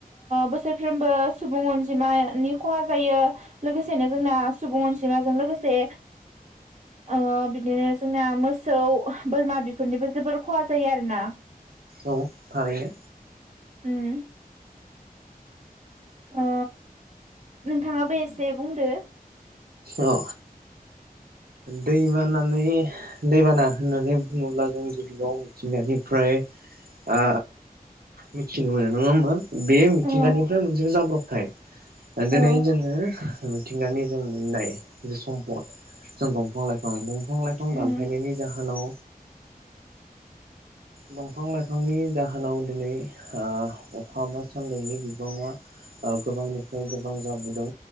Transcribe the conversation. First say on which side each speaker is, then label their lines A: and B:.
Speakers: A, on the right (about 45°); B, on the right (about 80°).
A: बोसोरफ्रोमबो सुबुं अनजिमानि खहा जायो। लोगोसेनो जोंना सुबुं अन जिमाजों लोगोसे ओ बिदिनो जोंना मोसौ बोरमा बेफोरनिबो जोबोर खहा जायो आरोना
B: औ थारैनो
A: उम। ओ नोंथाङाबो एसे बुंदो।
B: अ दैमानानै दैबाना होननानै बुङोब्ला जों गिबियाव मिथिंगानिफ्राय ओ मिथिनो मोनो नङा होमबा? बे मिथिंगानिफ्राय
A: औ
B: मोनसे जाब्र' थाय ओ दोनै
A: औ
B: जों मिथिंगानि जों मोननाय जे सम्पद जों दंफां लाइफां दंफ दंफां लाइफां दानफायनायनि
A: उम
B: जाहोनाव दंफां लाइफांनि जाहोनाव दिनै ओ अखा बा सान्दुंनि बिबाङा ओ गोबांनिफ्राय गोबां जाबोदों।